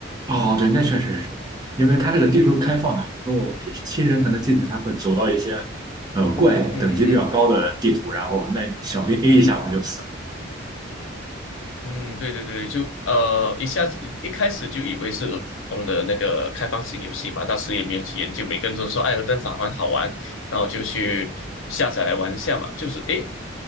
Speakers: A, on the right; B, on the left.
A: 哦，对，那确实是，因为它这个地图开放的，有时候新人可能进去，他会走到一些呃怪等级比较高的地图，
B: 嗯哼哼。
A: 然后那小兵 A 一下我们就死
B: 嗯，对对对，就呃，一下子一开始就以为是普通的那个开放性游戏嘛，当时也没有去研究，每个人都说《艾尔登法环》好玩，然后就去下载来玩一下嘛，就是诶，